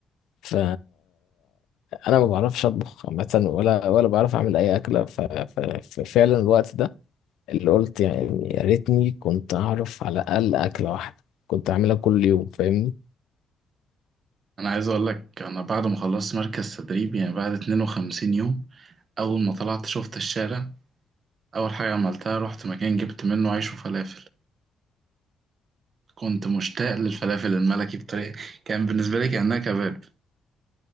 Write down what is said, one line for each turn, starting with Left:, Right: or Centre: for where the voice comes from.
Left: ف انا ما بعرفش اطبخ عامة ولا ولا بعرف اعمل اي اكلة ف... ف... ففعلا الوقت ده اللي قلت يعني يا ريتني كنت اعرف على الاقل اكلة واحدة كنت اعملها كل يوم فاهمني
Right: انا عايز اقول لك انا بعد ما خلصت مركز تدريب يعني بعد 52 يوم اول ما طلعت شفت الشارع اول حاجه عملتها رحت مكان جبت منه عيش وفلافل كنت مشتاق للفلافل الملكي بطريقه كان بالنسبه لي كانها كباب